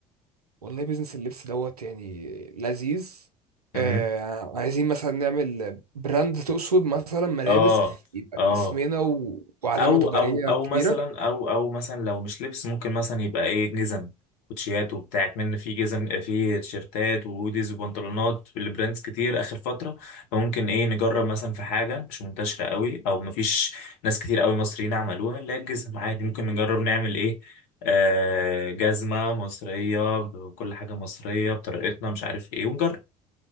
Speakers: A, on the right; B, on the left.
A: والله بيزنس اللبس دوت يعني لذيذ
B: امم
A: آه عايزين مثلا نعمل براند تقصد مثلا ملابس
B: اه
A: يبقى
B: اه
A: باسمنا و... وعلامة
B: او
A: تجارية
B: او او
A: كبيرة
B: مثلا او او مثلا لو مش لبس ممكن مثلا يبقى ايه جزم كوتشيات وبتاع من في جزم في تيشيرتات وهوديز وبنطلونات لبراندز كتير اخر فتره فممكن ايه نجرب مثلا في حاجه مش منتشره قوي او مفيش ناس كتير قوي مصريين عملوها اللي هي الجزم عادي ممكن نجرب نعمل ايه آه جزمه مصريه بكل حاجه مصريه بطريقتنا مش عارف ايه ونجرب